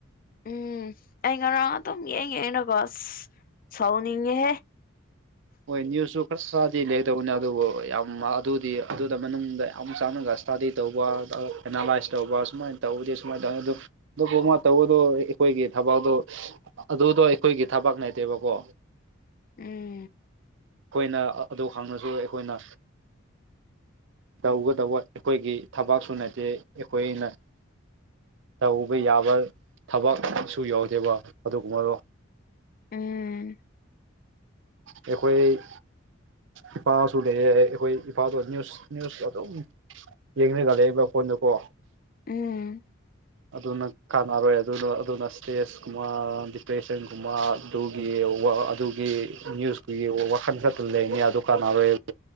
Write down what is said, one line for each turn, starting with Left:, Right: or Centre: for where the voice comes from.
Left: ꯎꯝ ꯑꯩ ꯉꯔꯥꯡ ꯑꯗꯨꯝ ꯌꯦꯡ ꯌꯦꯡꯔꯒ ꯁ ꯁꯥꯎꯅꯤꯡꯉꯦꯍꯦ
Right: ꯍꯣꯏ ꯅꯤꯌꯨꯁꯁꯨ ꯈꯔ ꯁꯥꯥꯗꯤ ꯂꯩꯒꯗꯕꯅꯦ ꯑꯗꯨꯕꯨ ꯌꯥꯝ ꯑꯗꯨꯗꯤ ꯑꯗꯨꯗ ꯃꯅꯨꯡꯗ ꯌꯥꯝ ꯆꯪꯉꯥꯒ ꯏꯁꯇꯗꯤ ꯇꯧꯕ ꯑꯦꯅꯥꯂꯥꯏꯁ ꯇꯧꯕ ꯁꯨꯃꯥꯏꯅ ꯇꯧꯕꯗꯤ ꯁꯨꯃꯥꯏꯅ ꯇꯧꯅꯤ ꯑꯗꯨ ꯑꯗꯨꯕꯨ ꯃꯥ ꯇꯧꯕꯗꯣ ꯑꯩꯈꯣꯏꯒꯤ ꯊꯕꯛꯗꯣ ꯑꯗꯨꯗꯣ ꯑꯩꯈꯣꯏꯒꯤ ꯊꯕꯛ ꯅꯠꯇꯦꯕꯀꯣ
Left: ꯎꯝ
Right: ꯑꯩꯈꯣꯏꯅ ꯑꯗꯨ ꯍꯪꯂꯁꯨ ꯑꯩꯈꯣꯏꯅ ꯇꯧꯒꯗꯧꯕ ꯑꯩꯈꯣꯏꯒꯤ ꯊꯕꯛꯁꯨ ꯅꯠꯇꯦ ꯑꯩꯈꯣꯏꯅ ꯇꯧꯕ ꯌꯥꯕ ꯊꯕꯛꯁꯨ ꯌꯥꯎꯗꯦꯕ ꯑꯗꯨꯒꯨꯝꯕꯗꯣ
Left: ꯎꯝ
Right: ꯑꯩꯈꯣꯏ ꯏꯄꯥꯁꯨ ꯂꯩꯑꯦ ꯑꯩ ꯑꯩꯈꯣꯏ ꯏꯄꯥꯗꯣ ꯅꯤꯌꯨꯁ ꯅꯤꯌꯨꯁ ꯑꯗꯨꯝ ꯌꯦꯡꯔꯒ ꯂꯩꯑꯦꯕ ꯐꯣꯟꯗꯀꯣ
Left: ꯎꯝ
Right: ꯑꯗꯨꯅ ꯀꯥꯟꯅꯔꯣꯏ ꯑꯗꯨꯅ ꯑꯗꯨꯅ ꯏꯁꯇ꯭ꯔꯦꯁꯀꯨꯝꯕ ꯗꯤꯄ꯭ꯔꯦꯁꯟꯒꯨꯝꯕ ꯑꯗꯨꯒꯤ ꯑꯗꯨꯒꯤ ꯅ꯭ꯌꯨꯁꯀꯤ ꯋꯥꯈꯜ ꯈꯛꯇꯪ ꯂꯩꯅꯤ ꯑꯗꯨ ꯀꯥꯟꯅꯔꯣꯏ